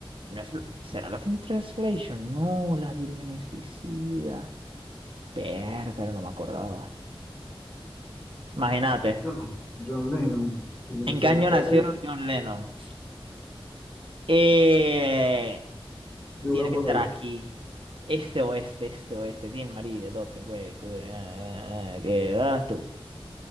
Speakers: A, on the right; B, on the left.
A: No es, ¿será Lost in Translation? No, Las Vírgenes Suicidas. Bertas, no me acordaba. Imagínate.
B: Yo no. John Lennon. Tiene
A: ¿En
B: que ser
A: qué año
B: 40.
A: nació John Lennon? Eh,
B: Yo
A: Tiene
B: voy a
A: que
B: poner
A: ser aquí.
B: esta.
A: Este oeste, este oeste. Team marido, doping, güey. cu- ah, ah, ¿Qué das tú?